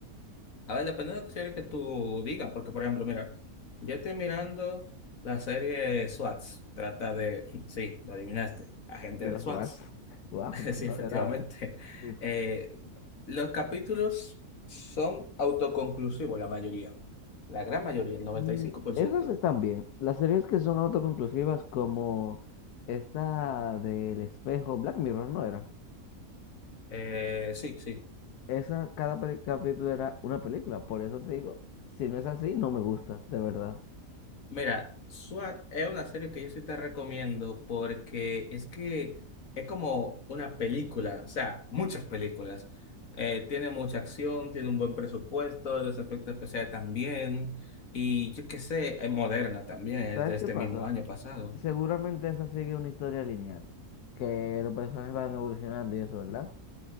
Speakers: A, on the left; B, on the left.
A: A ver, depende de la serie que tú digas, porque por ejemplo, mira, yo estoy mirando la serie SWATs, trata de, <laughs> sí, lo adivinaste, agente
B: De
A: de
B: los
A: SWAT.
B: SWATs.
A: <laughs>
B: <laughs> ¡Wow! ¡Qué
A: Sí,
B: novedad,
A: efectivamente.
B: eh! Uf.
A: Eh, los capítulos son autoconclusivos, la mayoría. La gran mayoría, el 95%.
B: Mm, esas están bien. Las series que son autoconclusivas como esta del espejo, Black Mirror, ¿no era?
A: Eh, sí, sí.
B: Esa, cada peli- capítulo era una película. Por eso te digo, si no es así, no me gusta, de verdad.
A: Mira, SWAT es una serie que yo sí te recomiendo porque es que es como una película, o sea, muchas películas. Eh, tiene mucha acción, tiene un buen presupuesto, los efectos especiales también. Y yo qué sé, es moderna también, es
B: ¿Sabes
A: de este
B: qué pasa?
A: mismo año pasado.
B: Seguramente esa sigue una historia lineal, que los personajes van evolucionando y eso, ¿verdad?